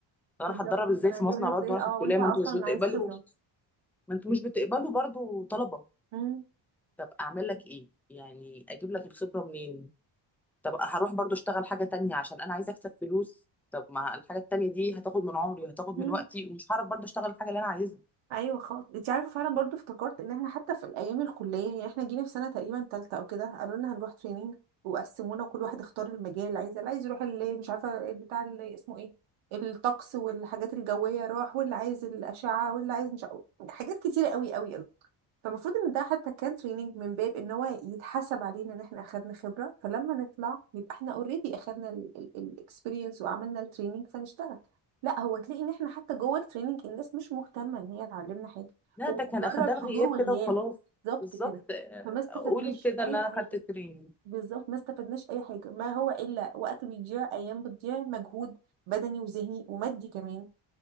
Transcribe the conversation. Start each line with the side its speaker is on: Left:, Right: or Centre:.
Centre: طب انا
Right: بالظبط
Centre: هتدرب ازاي
Right: انا
Centre: في
Right: هجيبها
Centre: مصنع برضه
Right: ازاي
Centre: وانا
Right: اه
Centre: في الكلية
Right: وانت
Centre: ما
Right: اصلا
Centre: انتوا مش بتقبلوا
Right: عايز خبرة
Centre: ما انتوا مش بتقبلوا برضه طلبة
Right: مم.
Centre: طب اعمل لك ايه يعني اجيب لك الخبرة منين طب هروح برضه اشتغل حاجة تانية عشان انا عايزة اكسب فلوس طب ما الحاجة التانية دي هتاخد من عمري وهتاخد
Right: مم.
Centre: من وقتي ومش هعرف برضه اشتغل الحاجة اللي انا عايزها
Right: ايوه خالص انت عارفه فعلا برضو افتكرت ان احنا حتى في الايام الكليه يعني احنا جينا في سنه تقريبا تالتة او كده قالوا لنا هنروح تريننج وقسمونا كل واحد اختار المجال اللي عايزه اللي عايز يروح اللي مش عارفه بتاع اللي اسمه ايه الطقس والحاجات الجويه راح واللي عايز الاشعه واللي عايز مش عارف- حاجات كتيره قوي قوي قوي فالمفروض ان ده حتى كان تريننج من باب ان هو يتحسب علينا ان احنا اخدنا خبره فلما نطلع يبقى احنا اوريدي اخدنا الاكسبيرينس وعملنا التريننج فنشتغل لا هو تلاقي ان احنا حتى جوه التريننج الناس مش مهتمه ان هي تعلمنا حاجه
Centre: لا
Right: هو
Centre: ده كان
Right: مجرد
Centre: اخدان
Right: حضور
Centre: غياب
Right: وغياب
Centre: كده وخلاص
Right: بالظبط
Centre: بالظبط
Right: كده
Centre: آه،
Right: فما استفدناش
Centre: اقول كده
Right: اي
Centre: ان انا
Right: حاجه
Centre: خدت تريننج
Right: بالظبط ما استفدناش اي حاجه ما هو الا وقت بيضيع ايام بتضيع مجهود بدني وذهني ومادي كمان